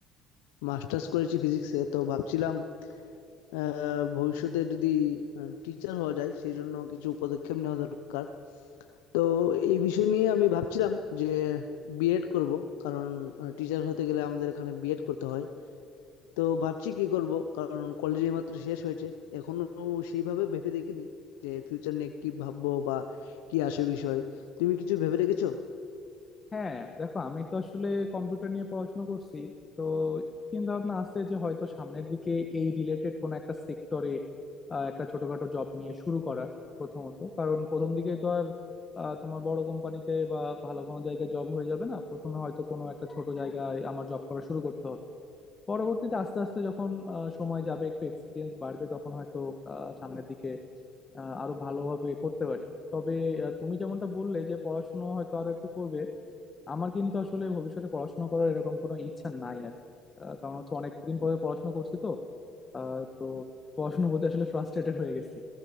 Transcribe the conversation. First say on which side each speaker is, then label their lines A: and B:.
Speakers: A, on the left (about 90°); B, on the left (about 25°).
A: মাস্টার্স করেছি ফিজিক্সে তো ভাবছিলাম আহ, ভবিষ্যতে যদি টিচার হওয়া যায় সেই জন্য কিছু পদক্ষেপ নেওয়া দরকার তো এই বিষয় নিয়ে আমি ভাবছিলাম যে বিএড করব কারণ টিচার হতে গেলে আমাদের এখানে বিএড করতে হয় তো ভাবছি কি করব কারণ কলেজে মাত্র শেষ হয়েছে এখনো সেইভাবে ভেবে দেখিনি যে ফিউচার নিয়ে কি ভাববো বা কি আসে বিষয় তুমি কিছু ভেবে রেখেছো
B: হ্যাঁ দেখো আমি তো আসলে কম্পিউটার নিয়ে পড়াশোনা করছি তো চিন্তা ভাবনা আছে যে হয়তো সামনের দিকে এই রিলেটেড কোন একটা সেক্টরে একটা ছোটখাটো জব নিয়ে শুরু করার প্রথমত কারণ প্রথম দিকেই তো আর আহ, তোমার বড় কোম্পানিতে বা ভালো কোনো জায়গায় জব হয়ে যাবে না প্রথমে হয়তো কোনো একটা ছোট জায়গায় আমার জব করা শুরু করতে হবে পরবর্তীতে আস্তে আস্তে যখন আহ, সময় যাবে একটু এক্সপিরিয়েন্স বাড়বে তখন হয়তো আহ, সামনের দিকে আহ, আরো ভালোভাবে করতে পারি তবে আহ, তুমি যেমনটা বললে যে পড়াশোনা হয়তো আরো একটু করবে আমার কিন্তু আসলে ভবিষ্যতে পড়াশোনা করার এরকম কোনো ইচ্ছা নাই আর কি আহ, কারণ হচ্ছে অনেকদিন পরে পড়াশোনা করছি তো আহ, তো পড়াশোনার প্রতি আসলে ফ্রাস্ট্রেটেড হয়ে গেছি